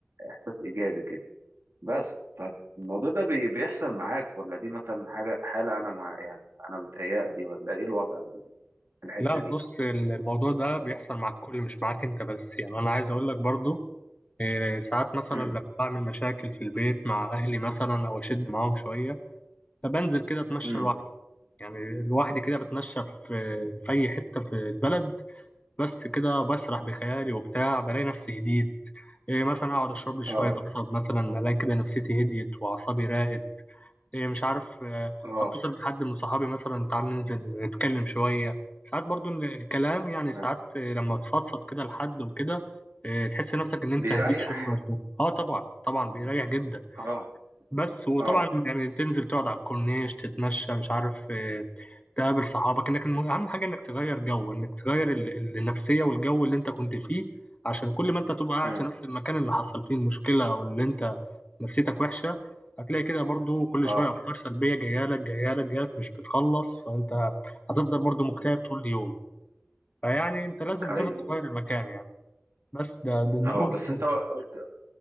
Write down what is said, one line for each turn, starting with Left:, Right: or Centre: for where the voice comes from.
Right: احساس ايجابي كده بس فالموضوع ده بي- بيحصل معاك ولا دي مثلا حاجه حاله انا ما يعني انا بتهيألي ولا ايه الوضع في الحته
Left: لا
Right: دي
Left: بص الموضوع ده بيحصل مع الكل مش معاك انت بس يعني انا عايز اقول لك برضو إيه، ساعات مثلا
Right: امم
Left: لما بعمل مشاكل في البيت مع اهلي مثلا او اشد معاهم شويه فبنزل كده اتمشى
Right: امم
Left: لوحدي يعني لوحدي كده بتمشى في في اي حته في البلد بس كده بسرح بخيالي وبتاع بلاقي نفسي هديت إيه، مثلا اقعد اشرب لي شويه
Right: اه
Left: قصب مثلا الاقي كده نفسيتي هديت واعصابي راقت إيه مش عارف آه،
Right: اه
Left: اتصل بحد من صحابي مثلا تعال ننزل نتكلم شوية ساعات برضو ال- الكلام يعني
Right: تمام.
Left: ساعات آه، لما تفضفض كده لحد وكده آه، تحس نفسك ان انت
Right: بيريح
Left: هديت شوية وارتحت. اه طبعا طبعا بيريح جدا
Right: اه
Left: بس وطبعا
Right: اه
Left: يعني تنزل تقعد على الكورنيش تتمشى مش عارف آه، تقابل صحابك انك الم- اهم حاجه انك تغير جو انك تغير ال- ال- النفسيه والجو اللي انت كنت فيه عشان كل ما انت تبقى قاعد
Right: امم
Left: في نفس المكان اللي حصل فيه المشكله او اللي انت نفسيتك وحشه هتلاقي كده برضو كل
Right: اه
Left: شويه افكار سلبيه جايه لك جايه لك جايه لك مش بتخلص فانت هتفضل برضو مكتئب
Right: امم
Left: طول اليوم فيعني انت لازم
Right: ايوه
Left: لازم تغير
Right: بالظبط
Left: المكان يعني بس ده ده
Right: اه
Left: دي وجهه
Right: بس
Left: نظري
Right: انت قلت